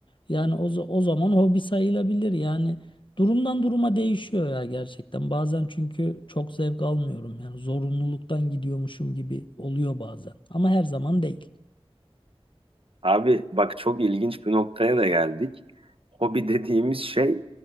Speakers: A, on the left; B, on the right.
A: Yani o, za- o zaman hobi sayılabilir. Yani Durumdan duruma değişiyor ya gerçekten. Bazen çünkü çok zevk almıyorum. Yani zorunluluktan gidiyormuşum gibi oluyor bazen. Ama her zaman değil.
B: Abi bak çok ilginç bir noktaya da geldik. Hobi dediğimiz şey